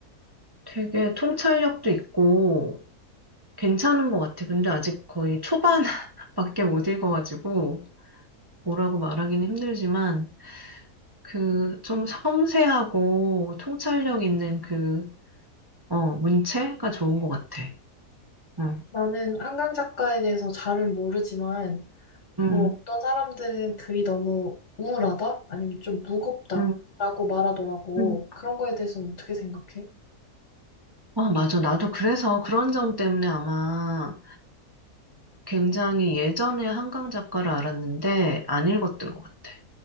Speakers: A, on the right (about 15°); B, on the left (about 50°).
A: 되게 통찰력도 있고 괜찮은 것 같아. 근데 아직 거의 초반밖에 <laughs> 못 읽어가지고 뭐라고 말하기는 힘들지만 그 좀 섬세하고 통찰력 있는 그, 어, 문체가 좋은 것 같아. 응,
B: 나는 한강 작가에 대해서 잘은 모르지만,
A: 응,
B: 뭐 어떤 사람들은 글이 너무 우울하다? 아니면 좀 무겁다?
A: 응,
B: 라고 말하더라고.
A: 응.
B: 그런 거에 대해서는 어떻게 생각해?
A: 아, 맞아. 나도 그래서 그런 점 때문에 아마 굉장히 예전에 한강 작가를 알았는데 안 읽었던 것 같아.